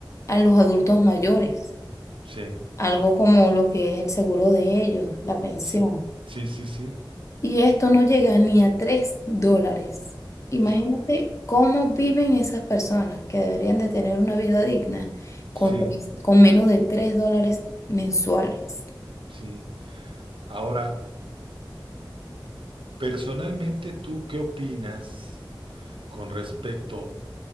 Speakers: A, on the left; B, on the right.
A: a los adultos mayores,
B: sí,
A: algo como lo que es el seguro de ellos, la pensión.
B: sí, sí, sí, sí,
A: Y esto no llega ni a 3 dólares. Imagínate
B: híjole,
A: cómo viven esas personas que deberían de tener una vida digna con,
B: sí,
A: tres- con menos de 3 dólares mensuales.
B: sí. Ahora, Personalmente, ¿tú qué opinas con respecto?